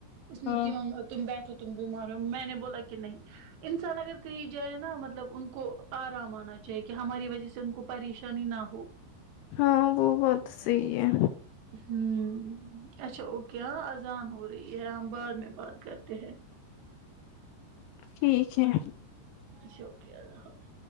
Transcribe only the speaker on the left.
ہاں
ہاں وہ بات تو صحی ہے
ٹھیک ہے